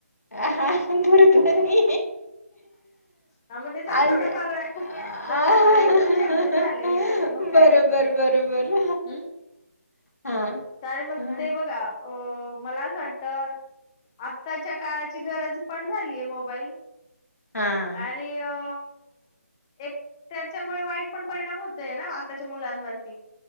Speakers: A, on the left; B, on the left.
A: आ हा दूरध्वनी
B: हा मग ते चाल
A: आज
B: थोडंफार
A: <unintelligible>
B: थोडाफार एक दोन शब्द झाले हिच्यात मग
A: बरोबर
B: काय नाही प्रभू
A: बरोबर.
B: हम्
A: हा हा
B: का मग
A: हा हा
B: ते बघा अ मलाच वाटतं आत्ताच्या काळाची गरज पण झालीय मोबाईल.
A: हा
B: आणि अ एक त्याच्यामुळे वाईट पण परिणाम होतोय ना आताच्या मुलांवरती.